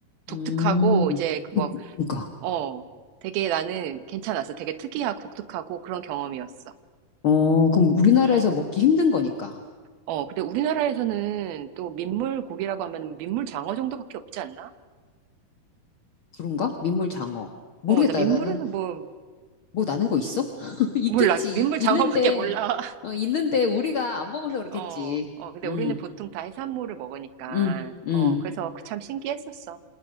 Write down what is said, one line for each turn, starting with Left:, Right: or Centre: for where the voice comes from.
Right: 독특하고,
Left: 음,
Right: 이제, 그 뭐,
Left: 그, 그니까.
Right: 어, 되게 나는 괜찮았어. 되게 특이하고 독특하고 그런 경험이었어.
Left: 어, 그럼 우리나라에서
Right: 응.
Left: 먹기 힘든 거니까.
Right: 어, 근데 우리나라에서는 또 민물 고기라고 하면 민물 장어 정도밖에 없지 않나?
Left: 그런가? 민물 장어. 모르겠다.
Right: 어, 나 민물에서
Left: 나는,
Right: 뭐,
Left: 뭐 나는 거 있어? <laughs> 있겠지.
Right: 몰라. 민물
Left: 있- 있는데,
Right: 장어밖에 몰라.
Left: 어, 있는데 우리가 안 먹어서 그렇겠지.
Right: 어, 어, 근데
Left: 음,
Right: 우리는 보통 다 해산물을 먹으니까,
Left: 음,
Right: 어,
Left: 음.
Right: 그래서 그 참 신기했었어.